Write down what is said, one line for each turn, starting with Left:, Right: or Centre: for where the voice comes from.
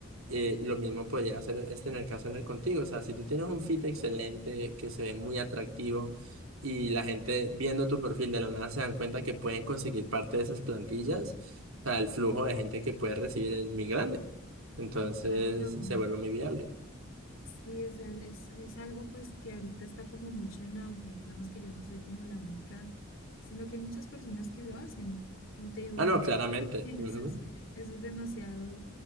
Right: Eh, lo mismo podría hacer este en el caso en el contigo. O sea, si tú tienes un feed excelente, que se ve muy atractivo, y la gente viendo tu perfil de la nada se dan cuenta que pueden conseguir parte de esas plantillas, o sea, el flujo de gente que puede recibir es muy grande. Entonces
Left: claro.
Right: se vuelve muy viable.
Left: Sí, o sea, es, es algo pues que ahorita está como mucho en auge. Digamos que yo no soy como la única, sino que hay muchas personas que lo hacen. Como te digo,
Right: Ah,
Left: bueno,
Right: no, claramente.
Left: <laughs> Eso
Right: Ujú.
Left: es, eso es demasiado,